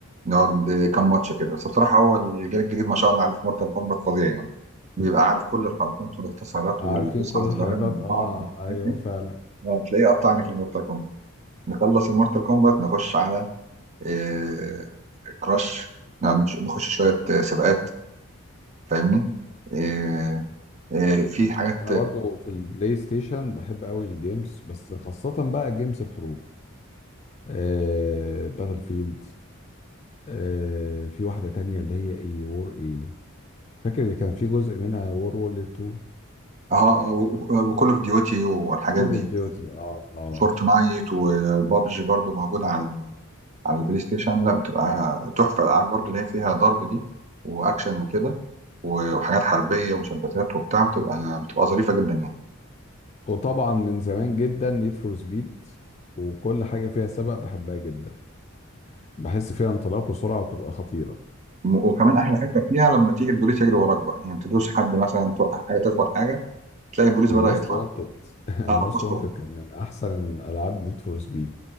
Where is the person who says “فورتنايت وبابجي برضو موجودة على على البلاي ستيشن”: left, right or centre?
Right